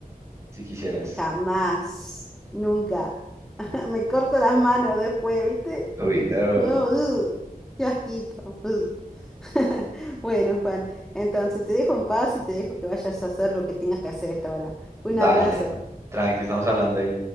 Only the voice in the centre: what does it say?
jamás, nunca. <laughs> Me corto las manos después, ¿viste?
No, uh, qué asquito. uh. <laughs> Bueno, Juan, entonces te dejo en paz y te dejo que vayas a hacer lo que tengas que hacer a esta hora. Un
abrazo.